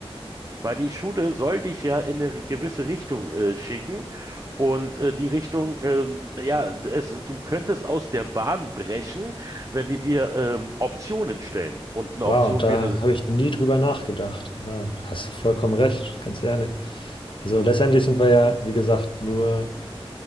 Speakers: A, on the right (about 35°); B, on the left (about 55°).
A: Weil die Schule soll dich ja in eine gewisse Richtung äh, schicken und äh, die Richtung, ähm, ja, es, du könntest aus der Bahn brechen, wenn die dir ähm, Optionen stellen. Und eine
B: Wow,
A: Option
B: da
A: wäre,
B: habe ich nie drüber nachgedacht, aber hast vollkommen recht, ganz ehrlich. Also letztendlich sind wir ja, wie gesagt, nur